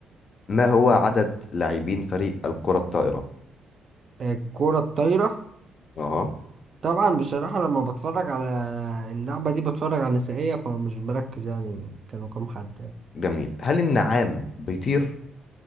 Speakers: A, on the left; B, on the right.
A: ما هو عدد لاعبين فريق الكرة الطائرة
B: آه، الكرة الطايرة
A: اه
B: طبعا بصراحة لما بتفرج على اللعبة دي بتفرج على نسائية فمش بركز يعني كانوا كام حد يعني.
A: جميل هل النعام بيطير